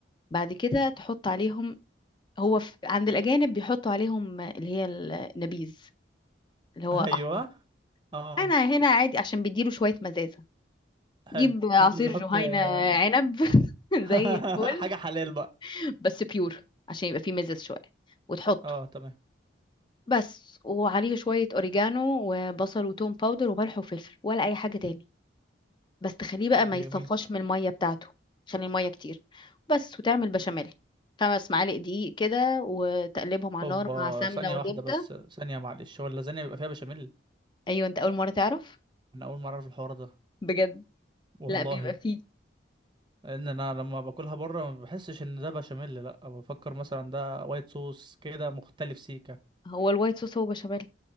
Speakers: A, on the left; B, on the right.
A: بعد كده تحط عليهم هو في... عند الأجانب بيحطوا عليهم اللي هي النبيذ اللي هو
B: ايوه
A: أحمر
B: اه
A: أنا هنا عادي عشان بيديله شوية مزازة
B: حلو
A: جيب عصير
B: ممكن نحط
A: جهينة
B: آه،
A: عنب <laughs>
B: <laughs>
A: زي الفل
B: حاجه حلال بقى
A: بس بيور عشان يبقى فيه مزاز شوية وتحطه
B: اه تمام
A: بس وعليه شوية أوريجانو وبصل وتوم باودر وملح وفلفل ولا أي حاجة تاني بس تخليه بقى
B: طب
A: ما
B: ده
A: يصفاش
B: جميل
A: من المية بتاعته عشان المية كتير بس وتعمل بشاميل خمس معالق دقيق كده وتقلبهم على النار
B: اوبا
A: مع سمنة
B: ثانيه
A: وزبدة
B: واحده بس ثانيه معلش هو اللازانيا بيبقى فيها بشاميل
A: أيوة أنت أول مرة تعرف
B: انا اول مره اعرف الحوار ده
A: بجد
B: والله
A: لا بيبقى فيه
B: لان انا لما باكلها بره ما بحسش ان ده بشاميل لا بفكر مثلا ده وايت صوص كده مختلف سيكا
A: هو الوايت صوص هو بشاميل